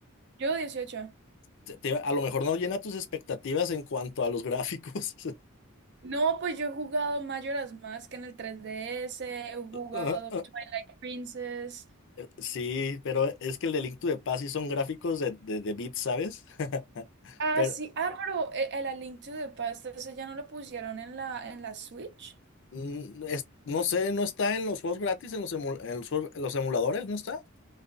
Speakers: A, on the right; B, on the left.
A: Yo dieciocho
B: Te- te iba- a lo mejor no llena tus expectativas en cuanto a los gráficos.
A: No, pues yo he jugado Majora's Mask en el 3DS, he jugado
B: <laughs>
A: Twilight Princess.
B: Sí, pero es que el delicto de paz sí son gráficos de, de, de bits, ¿sabes? <laughs>
A: Ah,
B: Pero
A: sí. Ah, pero e- el A Link to the Past, ese ya no lo pusieron en la, en la Switch.
B: mm, es- no sé, ¿no está en los juegos gratis, en los, emu- en los, juegos- en los emuladores? ¿No está?